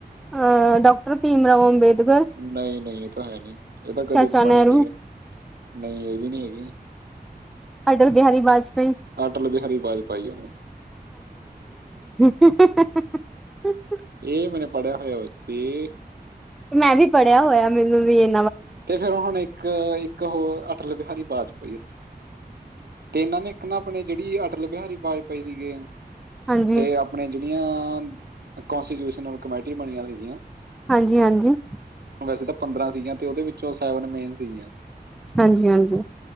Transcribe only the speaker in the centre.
ਅ ਡਾਕਟਰ ਭੀਮ ਰਾਓ ਅੰਬੇਦਕਰ,
ਚਾਚਾ
ਨਹਿਰੂ,
ਅਟਲ ਬਿਹਾਰੀ ਵਾਜਪੇਈ।
ਅੱਛਾ ਜੀ।
ਮੈਂ ਵੀ ਪੜ੍ਹਿਆ ਹੋਇਆ, ਮੈਨੂੰ ਵੀ ਇਹ
ਹਾਂਜੀ।
ਹਾਂਜੀ-ਹਾਂਜੀ।
ਹਾਂਜੀ- ਹਾਂਜੀ।